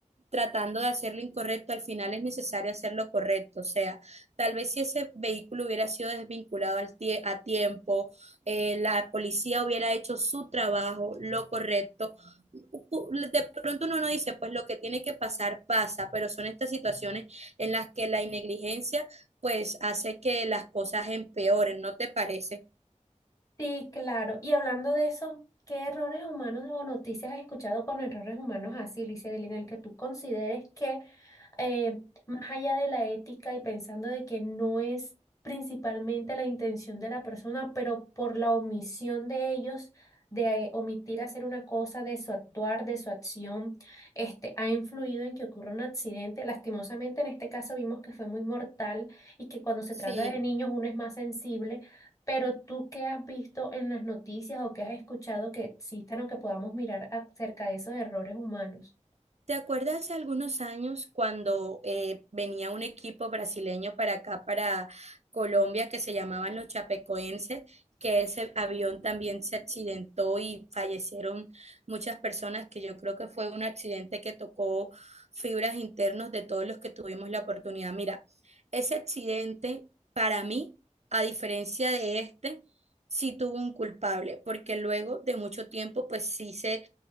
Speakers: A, on the right; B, on the left.
A: tratando de hacer lo incorrecto, al final es necesario hacer lo correcto. O sea, tal vez si ese vehículo hubiera sido desvinculado al tie- a tiempo, eh, la policía hubiera hecho su trabajo, lo correcto. pu- De pronto uno no dice, pues lo que tiene que pasar pasa, pero son estas situaciones en las que la negligencia pues hace que las cosas empeoren, ¿no te parece?
B: Sí, claro. Y hablando de eso, ¿qué errores humanos o noticias has escuchado con errores humanos así, Licia en el que tú consideres que eh, más allá de la ética y pensando de que no es principalmente la intención de la persona, pero por la omisión de ellos, de eh, omitir hacer una cosa, de su actuar, de su acción, este, ha influido en que ocurra un accidente. Lastimosamente, en este caso vimos que fue muy mortal y que cuando se
A: Sí.
B: trata de niños uno es más sensible. Pero tú qué has visto en las noticias o qué has escuchado que existan o que podamos mirar acerca de esos errores humanos.
A: ¿Te acuerdas hace algunos años cuando eh, venía un equipo brasileño para acá, para Colombia, que se llamaban los Chapecoenses, que ese avión también se accidentó y fallecieron muchas personas, que yo creo que fue un accidente que tocó fibras internas de todos los que tuvimos la oportunidad? Mira, ese accidente para mí, a diferencia de este, sí tuvo un culpable, porque luego de mucho tiempo, pues sí se